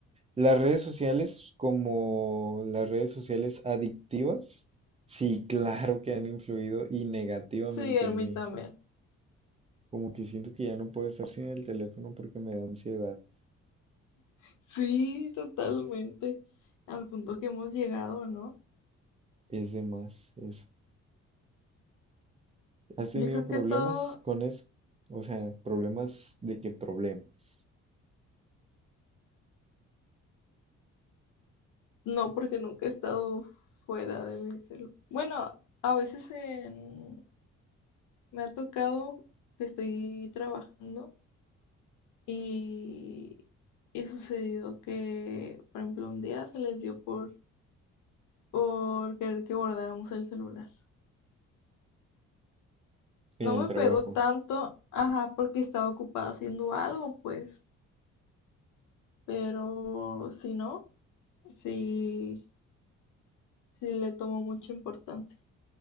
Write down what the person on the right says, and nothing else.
Las redes sociales, como las redes sociales adictivas, sí, claro que han influido y negativamente
en
mí.
Como que siento que ya no puedo estar sin el teléfono porque me da ansiedad.
Es de más eso. ¿Has tenido
problemas
con eso? O sea, problemas de qué problemas
en
el
trabajo.